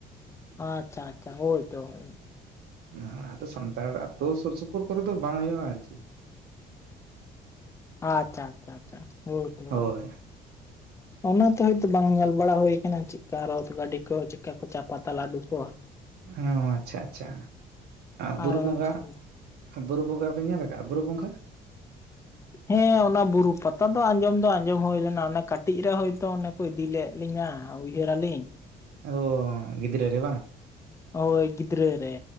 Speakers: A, on the left (about 15°); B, on the right (about 70°).
A: ᱟᱪᱪᱷᱟ ᱟᱪᱪᱷᱟ ᱦᱳᱭᱛᱚ ᱦᱳ,
B: ᱦᱮ ᱟᱫᱚ ᱥᱟᱱᱛᱟᱲ ᱟᱛᱩ ᱥᱩᱨ ᱥᱩᱯᱩᱨ ᱠᱚᱨᱮ ᱫᱚ ᱵᱟᱝ ᱦᱩᱭᱩᱜᱼᱟ ᱟᱨᱠᱤ᱾
A: ᱟᱪᱪᱷᱟ ᱟᱪᱪᱷᱟ ᱟᱪᱪᱷᱟ <inaudible>
B: ᱦᱳᱭ
A: ᱚᱱᱟᱛᱮ ᱦᱚᱭᱛᱚ ᱵᱟᱝ ᱧᱮᱞ ᱵᱟᱲᱟ ᱦᱩᱭᱩ ᱟᱠᱟᱱᱟ ᱪᱮᱫᱠᱟ ᱨᱚᱛ ᱜᱟᱹᱰᱤ ᱠᱚ ᱪᱮᱫᱠᱟ ᱠᱚ ᱪᱟᱯᱟᱛᱟ ᱞᱟᱹᱰᱩ? ᱠᱚ
B: ᱚ ᱟᱪᱪᱷᱟ ᱟᱪᱪᱷᱟ ᱵᱩᱨᱩ
A: ᱟᱨ
B: ᱵᱚᱸᱜᱟ
A: ᱵᱟᱝᱠᱷᱟᱱ
B: ᱵᱩᱨᱩ ᱵᱚᱸᱜᱟ ᱯᱮ ᱧᱮᱞ ᱠᱟᱜᱼᱟ ᱵᱩᱨᱩ ᱵᱚᱸᱜᱟ?
A: ᱦᱮᱸ ᱚᱱᱟ ᱵᱩᱨᱩ ᱯᱟᱛᱟ ᱫᱚ ᱟᱸᱡᱚᱢ ᱫᱚ ᱟᱸᱡᱚᱢ ᱦᱩᱭ ᱞᱮᱱᱟ ᱚᱱᱮ ᱠᱟᱹᱴᱤᱡ ᱨᱮ ᱦᱚᱭᱛᱚ ᱚᱱᱮ ᱠᱚ ᱤᱫᱤ ᱞᱮᱫ ᱞᱤᱧᱟ ᱾ ᱩᱭᱦᱟᱹᱨ ᱟᱞᱤᱧ
B: ᱚ ᱜᱤᱫᱽᱨᱟᱹ ᱨᱮ ᱵᱟᱝ ᱾
A: ᱦᱳᱭ ᱜᱤᱫᱽᱨᱟᱹ ᱨᱮ